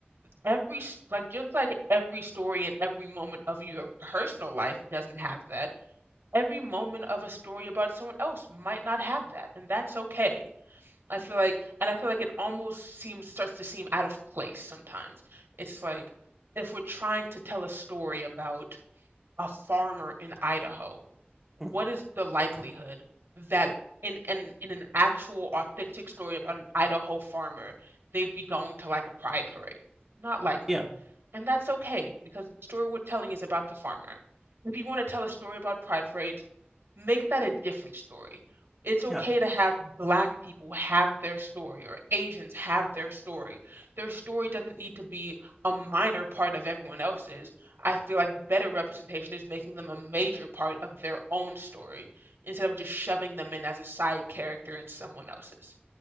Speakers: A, on the right; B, in the centre.
A: Every s- like just like every story and every moment of your personal life doesn't have that, every moment of a story about someone else might not have that, and that's okay. I feel like, and I feel like it almost seems starts to seem out of place sometimes. It's like if we're trying to tell a story about a farmer in Idaho, what
B: Mm-hmm.
A: is the likelihood that in an in an actual authentic story about an Idaho farmer, they'd be going to like a pride parade? Not likely.
B: yeah,
A: And that's okay because the story we're telling is about the farmer. If you want to tell a story about pride parades, make that a different story. It's okay
B: yeah,
A: to have black people have their story or Asians have their story. Their story doesn't need to be a minor part of everyone else's. I feel like better representation is making them a major part of their own story instead of just shoving them in as a side character in someone else's.